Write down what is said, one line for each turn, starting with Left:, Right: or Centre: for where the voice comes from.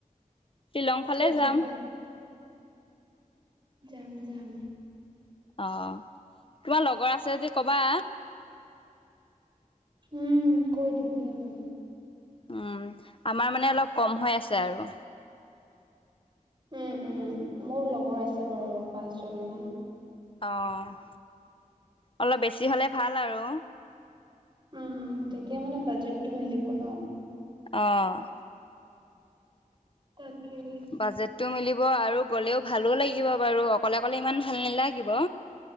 Left: শ্বিলং ফালে
Right: ক'ত
Left: যাম।
Right: যাবা? যাম, যাম।
Left: অ' তোমাৰ লগৰ আছে যদি ক'বা।
Right: উম, কৈ দিম দিয়া বাৰু।
Left: উম, আমাৰ মানে অলপ কম হৈ আছে আৰু।
Right: উম, উম। মোৰ লগৰ আছে বাৰু পাঁচজনী মান।
Left: অ' অলপ বেছি হ'লে ভাল আৰু।
Right: উম, উম। তেতিয়া মানে বাজেটটো মিলিব ন'।
Left: অহ'।
Right: তাকে।
Left: বাজেটটো মিলিব আৰু গ'লেও ভালো লাগিব বাৰু। অকলে, অকলে ইমান ভাল নালাগিব